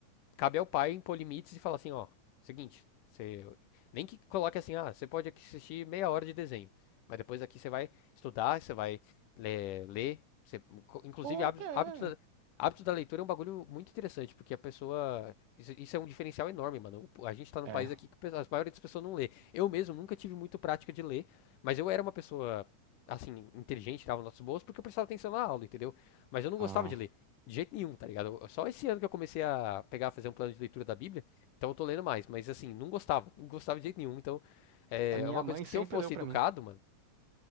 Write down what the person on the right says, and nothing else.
Ou
até
é.
É.
ah,
a minha
mãe
sempre
leu pra
mim.